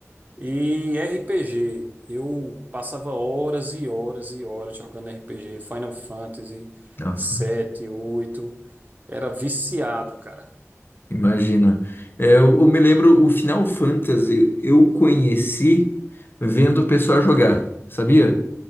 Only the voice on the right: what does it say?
E RPG, eu passava horas e horas e horas jogando RPG, Final Fantasy
7
oito Era viciado, cara.